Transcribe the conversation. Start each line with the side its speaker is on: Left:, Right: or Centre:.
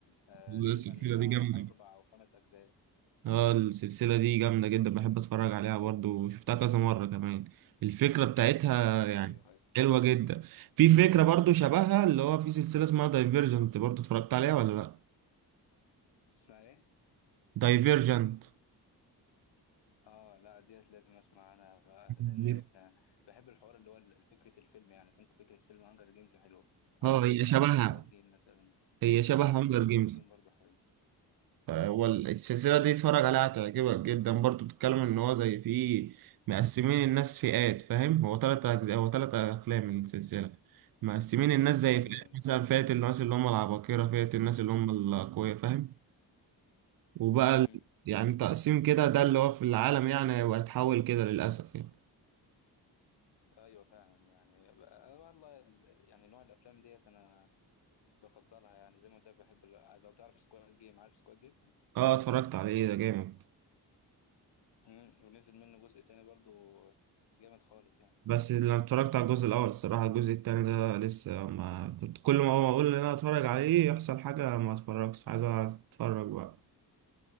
Left: آه
Right: السلسلة
Left: تقريبا بتاع
Right: دي جامدة
Left: اربع او خمس اجزاء
Right: اه السلسلة دي جامدة جدا بحب اتفرج عليها برضو وشفتها كذا مرة كمان الفكرة بتاعتها يعني
Left: ايوه أيوه.
Right: حلوة جدا في فكرة برضو شبهها اللي هو في سلسلة اسمها دايفيرجنت برضو اتفرجت عليها ولا لا
Left: اسمها ايه؟
Right: دايفيرجنت
Left: اه لا ديت لازم اسمع عنها بقى
Right: <laughs>
Left: لان انا بحب الحوار اللي هو ال- فكره الفيلم يعني فك- فكره فيلم هانجر جيمز حلوه عامله
Right: اه
Left: زي
Right: هي
Left: بتاع
Right: شبهها
Left: سكواد جيم مثلا
Right: هي شبه
Left: مسلسل
Right: هانجر
Left: سكواد
Right: جيمز
Left: جيم برضو حلو
Right: هو السلسلة دي اتفرج عليها هتعجبك جدا برضو بتتكلم ان هو زي في مقسمين الناس فئات فاهم هو تلات اجزاء هو تلات افلام من السلسلة مقسمين الناس زي
Left: ايوه
Right: مم. فئات مثلا فئة الناس اللي هم العباقرة فئة الناس اللي هم الاقوياء فاهم وبقى
Left: امم
Right: ال- يعني تقسيم كده ده اللي هو في العالم يعني وهيتحول كده للأسف يعني
Left: ايوه فعلا يعني بقى- والله ال- يعني نوع الافلام ديت انا بفضلها يعني زي ما قلت لك بحب ال- لو تعرف سكواد جيم عارف سكواد جيم
Right: اه اتفرجت على ايه ده جامد
Left: امم ونزل منه جزء تاني برضو جامد خالص يعني
Right: بس لما اتفرجت على الجزء الأول الصراحة الجزء التاني ده لسه ما كنت كل ما هو أقول إن أنا أتفرج عليه يحصل حاجة ما أتفرجش عايز أتفرج بقى